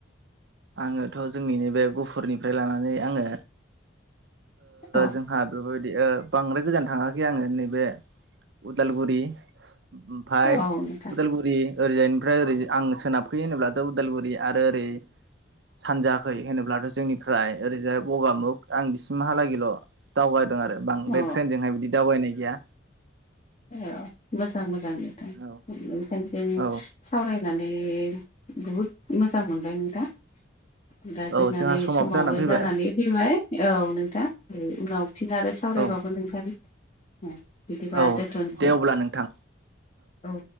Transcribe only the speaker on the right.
आङोथ' जोंनिनो बे गुफुरनिफ्राय लानानै आङो
जोंहा बेफोरबायदि बांद्राय गोजान थाङाखै आङो नैबे उदालगुरि ओमफाय
उदालगुर ओरि ओरैजायनिफ्राय ओरै आं सोनाबखोयो होनोब्लाथ' उदालगुरि आरो ओरै सानजायाखै होनोब्लाथ' जोंनिफ्राय ओरैजाय गगामुग आं बिसिमहालागैल' दावगादों आरो बांद्राय
ट्रेनजोंहाय बिदि दावबायनाय गैया
औ
औ
औ
जोंहा
फैबाय
औ
औ
दे अब्ला नोंथां